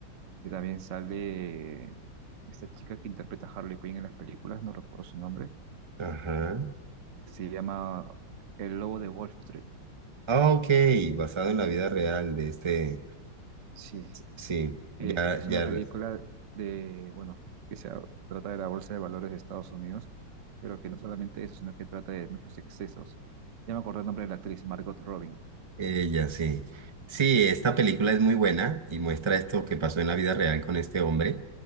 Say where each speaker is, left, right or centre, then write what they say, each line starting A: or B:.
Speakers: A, on the right; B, on the right.
A: Y también sale esta chica que interpreta a Harley Quinn en las películas, no recuerdo su nombre,
B: Ajá.
A: se llama El Lobo de Wall Street.
B: Ah, ok, basado en la vida real de este.
A: Sí,
B: Sí, ya,
A: Eh, es
B: ya.
A: una película de, bueno, que se trata de la Bolsa de Valores de Estados Unidos, pero que no solamente eso, sino que trata de muchos excesos. Ya me acordé el nombre de la actriz, Margot Robin.
B: Ella, sí. Sí, esta película es muy buena y muestra esto que pasó en la vida real con este hombre.